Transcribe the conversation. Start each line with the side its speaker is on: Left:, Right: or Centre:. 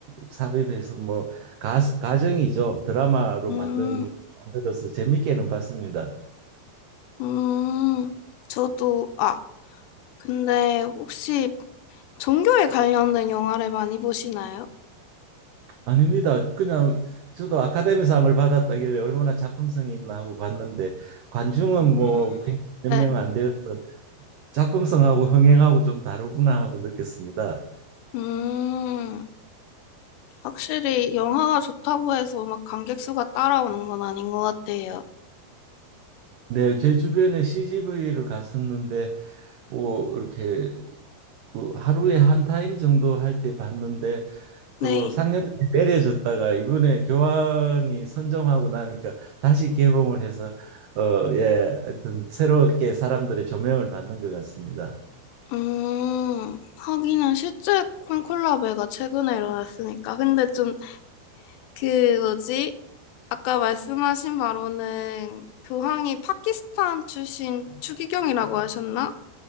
Right: 삽입해서 뭐 가, 가정이죠 드라마로
Left: 음,
Right: 만든 만들어서 재밌게는 봤습니다.
Left: 음, 저도, 아, 근데 혹시 종교에 관련된 영화를 많이 보시나요?
Right: 아닙니다. 그냥 저도 아카데미상을 받았다길래 얼마나 작품성이 있나 하고 봤는데 관중은
Left: 음, 음,
Right: 뭐 몇
Left: 네.
Right: 명 안 되어서 작품성하고 흥행하고 좀 다르구나 하고 느꼈습니다.
Left: 음, 확실히 영화가 좋다고 해서 막 관객 수가 따라오는 건 아닌 것 같아요.
Right: 네, 제 주변에 CGV를 갔었는데 뭐 이렇게 그 하루에 한 타임 정도 할 때 봤는데
Left: 네.
Right: 또 상영이 내려졌다가 이번에 교황이 선정하고 나니까 다시 개봉을 해서 어, 예, 하여튼 새롭게 사람들의 조명을 받는 것 같습니다.
Left: 음, 하기는 실제 콘클라베가 최근에 일어났으니까. 근데 좀, 그, 뭐지? 아까 말씀하신 바로는 교황이 파키스탄 출신 추기경이라고 하셨나?